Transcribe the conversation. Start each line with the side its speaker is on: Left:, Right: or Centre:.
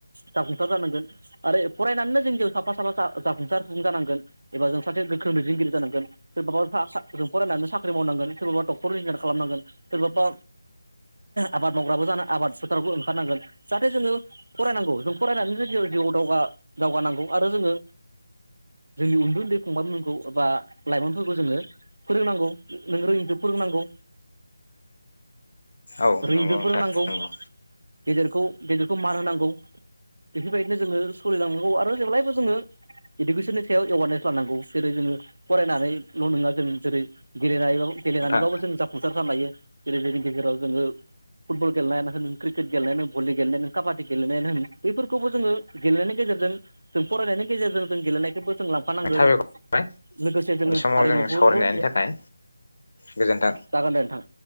Right: जाफुंसार जानांगो आरो फरायनानैनो जों जिउ साफा साफा जा जाफुंसारफुं जानांगोन एबा जों सासे गोख्रों दैदेनगिरि जानांगोन सोरबाबा सा सा फरायनानै साख्रि मावनांगोन सोरबाबा डक्टर इन्जिनियार खालामनांगोन सोरबाबा आबाद मावग्राबो जानानै आबाद फोथारावबो ओंखारनांगोन जाहाथे जोङो फरायनांगौ जों फरायनानै ज जिउआव दावगा दावगानांगौ आरो जोङो जोंनि उ न्दै उन्दै फंबाय मोनखौन एबा लाइमोनफोरखौ जोङो फोरोंनांगौ नों रोङिखौ फोरोंनांगौ
Left: औ
Right: रोङिखौ
Left: नंगौ नोंथां
Right: फोरोंनांगौ
Left: नंगौ
Right: गेदेरखौ गेदेरखौ मान होनांगौ बेफोरबायदिनो जोङो सलिलांनांगौ आरो जेब्लायबो जोङो इडुकेसननि सायाव एवारनेस खालामनांगौ जेरै जोङो फरायनानैल नङा जों जेरै गेलेनानैबाबो गेलेनानैबाबो
Left: नोंथां
Right: जों जाफुंसार जानो हायो जेरै जोंनि गेजेराव जोङो फुटबल गेलेनायानो होन क्रिकेट गेलेनायानो भलि गेलेनाय नों काबादि गेलेनायानो होन बफोरखौबो जोङो गेलेनायनि गेजेरजों जों फरायनायनि गेजेरजों जों गेलेनायखौबो जोङो थाफानांगोन
Left: साबायखर
Right: लोगोसे जोङो
Left: बे समाव
Right: हारिमुफोरखौबो
Left: जों सावरायनायनि थाखाय गोजोन्थों
Right: <inaudible> जागोन दे नोंथां